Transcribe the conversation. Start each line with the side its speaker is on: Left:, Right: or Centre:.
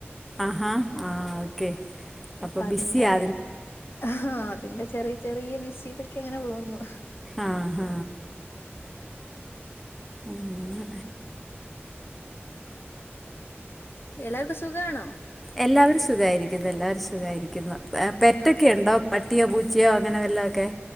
Centre: ആഹാ ആഹ ഓക്കെ അപ്പൊ
Left: ഇപ്പ അതിന്റെ
Centre: ബിസിയാ
Left: ആ അതിന്റെ ചെറിയ ചെറിയ ബിസിലൊക്കെ ഇങ്ങനെ പോകുന്നു
Centre: ആഹ ഹഹ മ്മ്
Left: എല്ലാവർക്കും സുഖമാണോ
Centre: എല്ലാവരും സുഖായിരിക്കുന്നു എല്ലാവരും സുഖായിരിക്കുന്നു പെറ്റൊക്കെയുണ്ടോ
Left: ആ
Centre: പട്ടിയോ പൂച്ചയോ അങ്ങനെ വെല്ല ഒക്കെ